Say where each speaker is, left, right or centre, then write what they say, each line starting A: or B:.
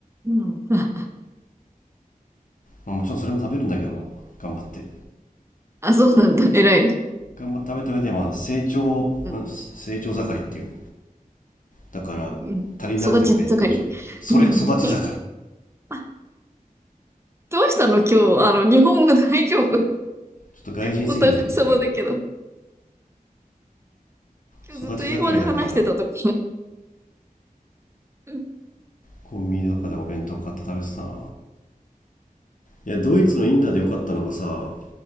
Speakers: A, on the right; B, on the left.
A: うん。<laughs> あ、
B: まあもちろんそれも食べるんだけど頑張って
A: あそうなんだ。偉いね。
B: 頑張って食べた上で、まあ、成長、
A: うん。
B: ん成長盛りっていうの。だから、
A: うん育ち盛り。
B: 足りなくてお弁当じゃん。それ、
A: うん。
B: 育ち盛り。ちょ
A: あ、どうしたの今日、あの、日本語大丈夫
B: っと外人すぎるね、
A: お互い様だけど。
B: 今日俺。
A: 今日ずっと英語で話してたとか。
B: 育ち盛りだから、
A: うん
B: コンビニとかでお弁当買って食べてたな。いや、ドイツのインターで良かったのがさ、
A: うん。